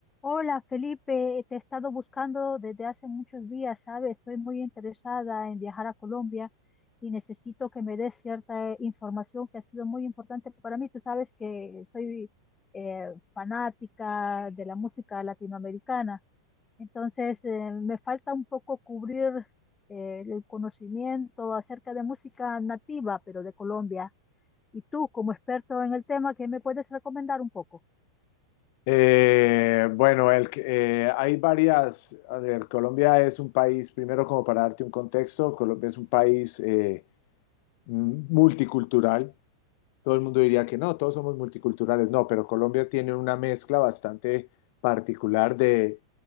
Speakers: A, on the left (about 15°); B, on the left (about 45°).
A: Hola Felipe, te he estado buscando desde hace muchos días, ¿sabes? Estoy muy interesada en viajar a Colombia y necesito que me des cierta eh, información que ha sido muy importante para mí. Tú sabes que soy eh, fanática de la música latinoamericana, entonces eh, me falta un poco cubrir eh, el conocimiento acerca de música nativa, pero de Colombia. Y tú, como experto en el tema, ¿qué me puedes recomendar un poco?
B: Eh, bueno, el, que- eh, hay varias, a ver, Colombia es un país, primero como para darte un contexto, Colombia es un país eh, multicultural, todo el mundo diría que no, todos somos multiculturales, no, pero Colombia tiene una mezcla bastante particular de,